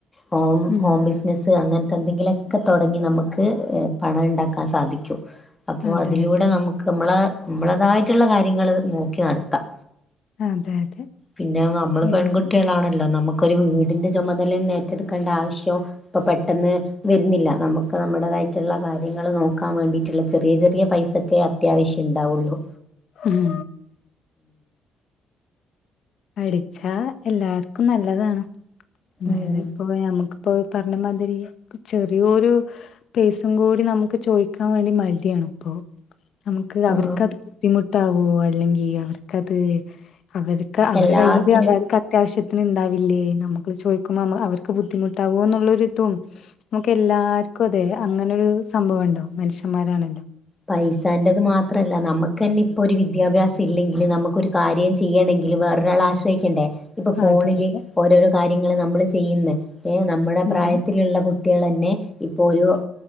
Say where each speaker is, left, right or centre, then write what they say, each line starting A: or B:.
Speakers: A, on the left; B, on the left.
A: ഹോം
B: ഉം
A: ഹോം ബിസിനസ്സ് അങ്ങനെ എന്തെങ്കിലൊക്കെ തൊടങ്ങി നമുക്ക് പണം ഉണ്ടാക്കാൻ സാധിക്കും അപ്പൊ
B: അതെ
A: അതിലൂടെ
B: അതെ
A: നമുക്ക് മ്മളെ മ്മളതായിട്ടുള്ള കാര്യങ്ങള് നോക്കി നടത്താം
B: അതെ അതെ
A: പിന്നെ നമ്മള്
B: ഉം
A: പെൺകുട്ടികളാണല്ലോ നമ്മുക്ക് ഒരു വീടിന്റെ ചുമതല ഏറ്റെടുക്കേണ്ട ആവശ്യാം ഇപ്പ പെട്ടെന്ന് വരുന്നില്ല നമുക്ക് നമ്മുടെതാ യിട്ടുള്ള കാര്യങ്ങള് നോക്കാൻ വേണ്ടിട്ടുള്ള ചെറിയ ചെറിയ പൈസക്കെ അത്യാവശ്യം ഉണ്ടാവുള്ളു
B: ഉം പടിച്ചാ എല്ലാർക്കും നല്ലതാണ് അതായത്
A: ഉം
B: ഇപ്പോ നമ്മുക്ക് ഇപ്പോൾ പറഞ്ഞമാതിരി ചെറിയൊരു പേസും കൂടി നമുക്ക് ചോദിക്കാൻ വേണ്ടി മടിയാണ് അപ്പോ നമുക്ക്
A: ആ
B: അവർക്കത് ബുദ്ധിമുട്ടാവോ അല്ലെങ്കിൽ അവർക്കത് അവർ അവരു
A: എല്ലാത്തിനും
B: കയ്യിയില് അവർക്ക് അത്യാവശ്യത്തി ണ്ടാവില്ലേ നമ്മുക്ക് ചോദിക്കുമ്പോ അവർക്ക് ബുദ്ധിമുട്ടാവോ എന്നുള്ളരിതും നമുക്ക് എല്ലാര് ക്കും അതെ അങ്ങനെരു സംഭവംണ്ടോ മനുഷ്യന്മാരാണല്ലോ
A: പൈസെന്ടെത് മാത്രമല്ല നമുക്ക് തന്നെ ഇപ്പോൾ ഒരു വിദ്യാഭ്യാസം ഇല്ലെങ്കിൽ നമുക്കൊരു കാര്യം ചെയ്യണമെങ്കിൽ വേറൊരാളാശ്രയിക്കണ്ടേ ഇപ്പൊ ഫോണില്
B: അതെ അതെ
A: ഓരോരോ കാര്യങ്ങള് നമ്മള് ചെയ്യുന്ന് ഏ നമ്മുടെ പ്രായത്തിലുള്ള
B: ഉം
A: കുട്ടികൾന്നെ ഇപ്പൊ ഒരു